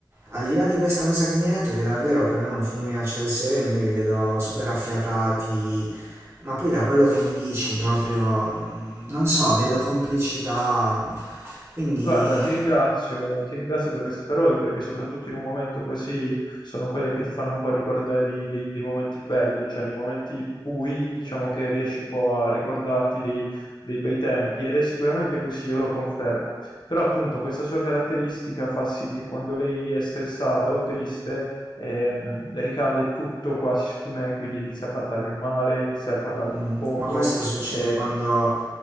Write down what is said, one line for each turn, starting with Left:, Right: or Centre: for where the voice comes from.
Right: Al di là di questa cosa che mi hai detto, che davvero per me è un fulmine a ciel sereno, io vi vedo super affiatati, ma poi da quello che mi dici proprio, mm, non so, vedo complicità. Quindi,
Left: Guarda, ti ringrazio, ti ringrazio per queste parole perché soprattutto in un momento così sono quelle che ti fanno un po' ricordare dei, dei- dei momenti belli, cioè nei momenti bui diciamo che riesci un po' a ricordarti dei, dei bei tempi ed è sicuramente così, io lo confermo. Però appunto questa sua caratteristica fa sì che quando lei è stressata o triste ehm, ricade tutto quasi su di me, quindi inizia a parlarmi male, inizia a parlarmi
Right: mm,
Left: poco.
Right: ma questo succede
Left: eh,
Right: quando,